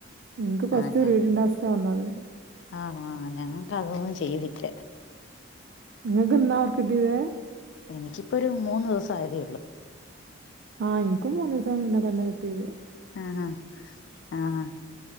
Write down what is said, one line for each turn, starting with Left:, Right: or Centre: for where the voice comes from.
Right: ഇൻക്ക് ഫസ്റ്റ്
Left: ആഹ് ഞാൻ
Right: റീഡിംങ്ങ് ടാസ് ക്ക് വന്നത്
Left: ആണോ ആ ഞങ്ങക്കതൊന്നും ചെയ്തില്ല
Right: ഇങ്ങക്ക്ന്നാ വർക്ക് കിട്ട്യേത്
Left: എനിക്കിപ്പൊരു മൂന്ന് ദിവസം ആയതേള്ളൂ
Right: ആഹ് ഇൻകും മൂന്നീസം മുന്നെ തന്നെ കിട്ടീത്
Left: ആഹ് ഹാ ആഹ്